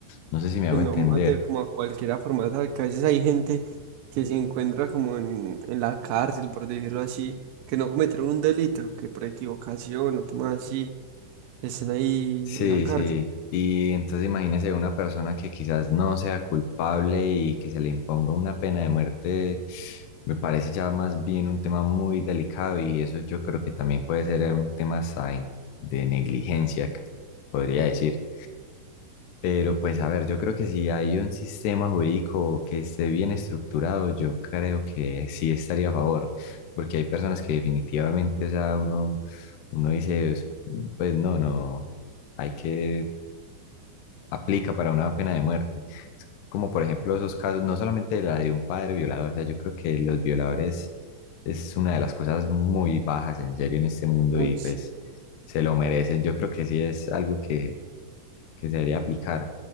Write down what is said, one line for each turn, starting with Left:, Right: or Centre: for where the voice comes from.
Left: No sé si me hago
Right: que no
Left: entender.
Right: mate como a cualquiera formato, que a veces hay gente que se encuentra como en, en la cárcel, por decirlo así, que no cometieron un delito, que por equivocación o temas así, están ahí
Left: Sí,
Right: en la cárcel,
Left: sí. Y entonces imagínese una persona que quizás no sea culpable y que se le imponga una pena de muerte, me parece ya más bien un tema muy delicado y eso yo creo que también puede ser un tema hasta en- de negligencia, c- podría decir. Pero pues a ver, yo creo que si hay un sistema jurídico que esté bien estructurado, yo creo que sí estaría a favor, porque hay personas que definitivamente, o sea, uno, uno dice, pues pues, no, no hay que aplica para una pena de muerte. Es como por ejemplo esos casos, no solamente la de un padre violador, o sea, yo creo que los violadores es una de las cosas muy bajas en serio en este mundo
Right: uy,
Left: y pues
Right: sí,
Left: se lo merecen. Yo creo que sí es algo que, que se debería aplicar.